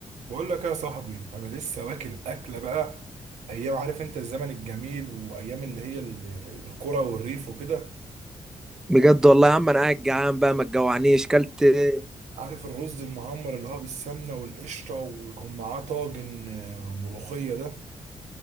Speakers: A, on the right; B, in the centre.
A: بقول لك يا صاحبي انا لسه واكل اكله بقى ايام عارف انت الزمن الجميل وايام اللي هي ال- القرى والريف وكده
B: بجد والله يا عم انا قاعد جعان بقى ما تجوعنيش كلت إيه؟
A: عارف الرز المعمر اللي هو بالسمنه والقشطه ويكون معاه طاجن آه، ملوخيه ده